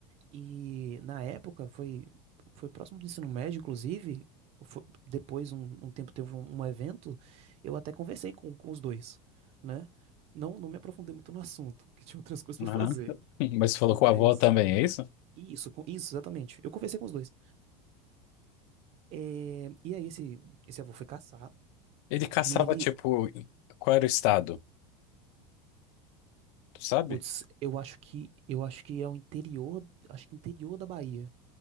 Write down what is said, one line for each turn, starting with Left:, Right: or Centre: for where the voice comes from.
Right: E na época foi foi próximo do ensino médio, inclusive. fo- depois, um, um tempo, teve um, um evento. Eu até conversei com, com os dois, né? Não, não me aprofundei muito no assunto, que tinha outras <laughs> coisas pra
Left: Aham.
Right: fazer.
Left: <laughs> Mas você falou
Right: Mas.
Left: com o avô também, é isso?
Right: Isso, com- isso, exatamente. Eu conversei com os dois. É, e aí, esse, esse avô foi caçar.
Left: Ele caçava,
Right: E ele.
Left: tipo, qual era o estado? Tu sabe?
Right: Putz, eu acho que. Eu acho que é o interior. Acho que interior da Bahia.